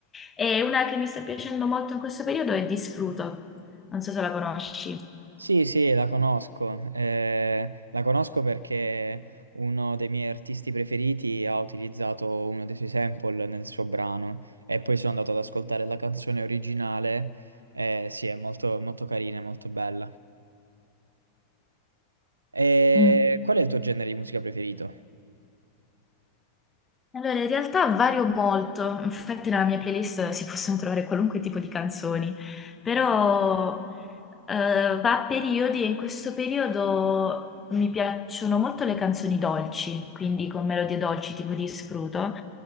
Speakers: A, on the left (about 15°); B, on the right (about 75°).
A: E una che mi sta piacendo molto in questo periodo è Disfruto, non so se la conosci.
B: Sì, sì, la conosco. Eh, la conosco perché uno dei miei artisti preferiti ha utilizzato uno dei suoi sample nel suo brano e poi sono andato ad ascoltare la canzone originale. Eh, sì, è molto, molto carina, molto bella. E
A: Mm.
B: qual è il tuo genere di musica preferito?
A: Allora, in realtà vario molto, infatti nella mia playlist si possono trovare qualunque tipo di canzoni, però... Eh, va a periodi e in questo periodo mi piacciono molto le canzoni dolci, quindi con melodie dolci tipo di Spruto,